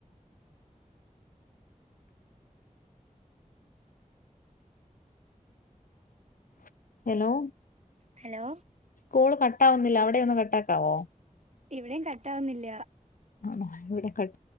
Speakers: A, on the left; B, on the right.
A: ഹലോ
B: ഹലോ
A: കോൾ കട്ടാവുന്നില്ല അവിടെ ഒന്ന് കട്ടാക്കാവോ
B: ഇവിടെയും കട്ടാവുന്നില്ല
A: ആണോ <unintelligible>